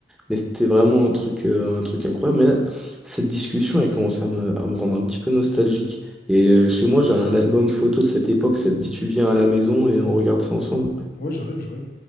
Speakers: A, in the centre; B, on the left.
A: Mais c'était vraiment un truc, euh, un truc incroyable. Mais là, cette discussion, elle commence à me, à me rendre un petit peu nostalgique. Et euh, chez moi, j'ai un album photo de cette époque. Ça te dit, tu viens à la maison et on regarde ça ensemble.
B: Ouais, j'arrive, j'arrive.